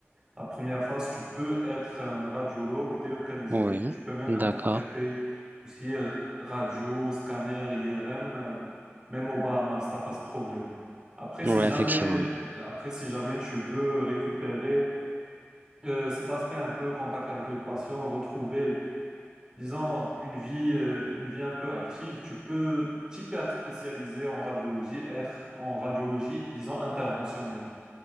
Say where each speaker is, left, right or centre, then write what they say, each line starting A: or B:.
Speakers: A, on the right; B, on the right.
A: La première phase, tu peux être un radiologue délocalisé.
B: oui.
A: Tu peux même
B: D'accord.
A: interpréter tout ce qui est radio, scanner, IRM, euh, même au Bahamas, t'as pas ce problème. Après, si
B: Oui, effectivement.
A: jamais, après, si jamais tu veux récupérer euh, cet aspect un peu contact avec les patients, retrouver, disons, une vie, euh, une vie un peu active, tu peux t'hyper spécialiser en radiologie, être en radiologie, disons, interventionnelle.